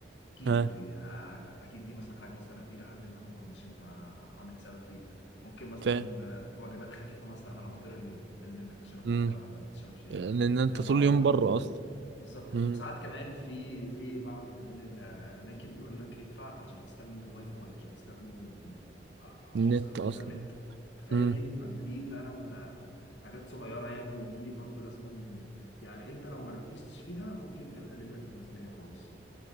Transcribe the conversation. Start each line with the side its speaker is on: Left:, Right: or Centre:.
Left: اكيد
Right: اه
Left: يا- اكيد دي مثلا حاجه مثلا الى حد ما ما كنتش انت عامل حسابك فيه ممكن مثلا
Right: فاهم
Left: آه، وجبات خفيفه مثلا على مدار اليوم تحب انك تشرب
Right: امم
Left: قهوه تشرب شاي
Right: لان انت
Left: فاهم
Right: طول
Left: على
Right: اليوم
Left: مدار
Right: بره
Left: اليوم بتكون
Right: اصلا
Left: بالظبط
Right: امم
Left: وساعات كمان في في بعض كمان الاماكن بيقول لك ادفع علشان تستخدم الواي فاي عشان تستخدم ال- ع- عشان
Right: النت
Left: تستخدم الانترنت
Right: اصلا
Left: تفاعلني
Right: امم
Left: فانت دي فعلا آه، حاجات صغيره يعني دي برضو لازما يعني انت لو ما ركزتش فيها ممكن تبهدل لك الميزانيه خالص